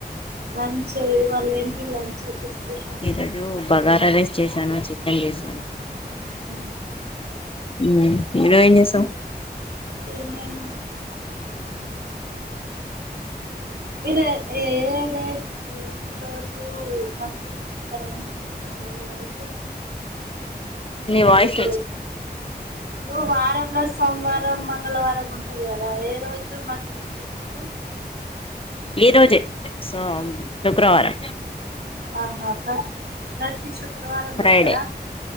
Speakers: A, on the right; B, on the left.
A: లంచ్ ఇవాళ ఏంటి లంచ్ స్పెషల్
B: ఈ రోజు బగారా రైస్ చేశాను చికెన్ చేశాను
A: ఉహు
B: ఉ ఈరోజెం ఏం చేశావ్
A: ఏమేమి మీరు ఏడే ఏ రోజు రూ మసీదుకి వెళ్తారు ఏ రోజు
B: నీ
A: అంటే
B: వాయిస్
A: ఇప్పుడు
B: వచ్చి
A: ఇప్పుడు వారంలో సోమవారం మంగళవారం ఉంటది కదా ఏ రోజు మసీదు కెళ్తారు
B: ఈ రోజే సోం శుక్రవారం
A: ఆహా ప్ర ప్రతి శుక్రవారం
B: ఫ్రైడే
A: వెళ్తారా